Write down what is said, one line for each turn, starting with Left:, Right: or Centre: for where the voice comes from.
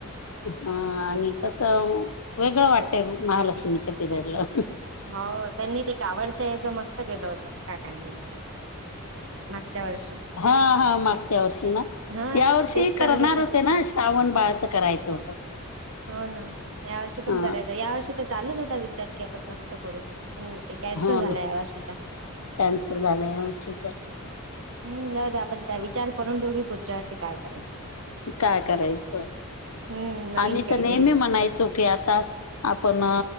Left: हा आणि कसं वेगळं वाटतंय महालक्ष्मीच्या पिरियडला
Right: हो त्यांनी ते कावडच्या याचं मस्त केलं होतं काकांनी त्या मागच्या वर्षी
Left: हा हा मागच्या वर्षी ना
Right: हा
Left: या वर्षी
Right: तेच
Left: करणार
Right: करत
Left: होते ना? श्रावण बाळचं करायचं होतं.
Right: हो ना या वर्षी पण
Left: ह
Right: करायचं या वर्षी तर चालूच होता विचार की आपण मस्त करू पण कॅन्सल
Left: हो
Right: झाला
Left: ना
Right: या वर्षीच्या
Left: कॅन्सल झाले यावर्षीच
Right: हम्म जाऊ दे आपण विचार करून ठेऊ पुढच्यावर्षी काय करायचं.
Left: काय करायचं
Right: हम्म नवीन
Left: आम्ही
Right: काहीतरी
Left: तर नेहमी म्हणायचो की आता आपण